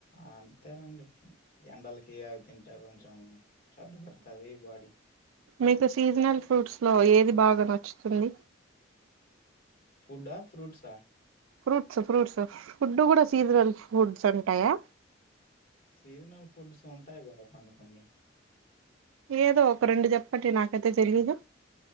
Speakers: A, on the left; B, on the right.
A: అంతేనండి ఎండలకి అవి తింటా కొంచం చల్ల పడుతది ఈ బాడీ
B: మీకు సీజనల్ ఫ్రూట్స్ లో ఏది బాగా నచ్చుతుంది
A: ఫ్రూట ఆ ఫ్రూట్స
B: ఫ్రూట్స్ ఫ్రూట్స్ ఫుడ్ కూడా సీజనల్ ఫుడ్స్ ఉంటాయా
A: సీజనల్ ఫుడ్స్ ఉంటాయి కదా కొన్ని కొన్ని
B: ఏదో ఒక రెండు చెప్పండి నాకైతే తెలీయదు